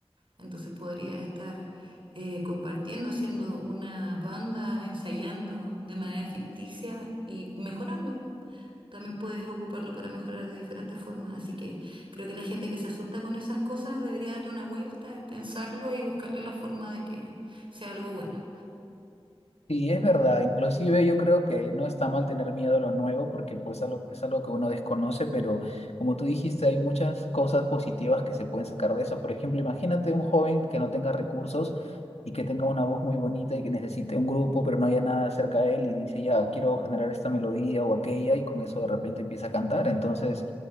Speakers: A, on the right; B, on the left.
A: Entonces podría estar eh, compartiendo, haciendo una banda, ensayando de manera ficticia y mejorando también puedes ocuparlo para mejorar de diferentes formas. Así que creo que la gente que se asusta con esas cosas debería darle una vuelta, pensarlo y buscarle la forma de que sea algo bueno.
B: Sí, es verdad. Inclusive yo creo que no está mal tener miedo a lo nuevo porque pues algo- es algo que uno desconoce, pero como tú dijiste, hay muchas cosas positivas que se pueden sacar de eso. Por ejemplo, imagínate un joven que no tenga recursos y que tenga una voz muy bonita y que necesite un grupo, pero no haya nada cerca de él y dice, ya, quiero generar esta melodía o aquella y con eso de repente empieza a cantar. Entonces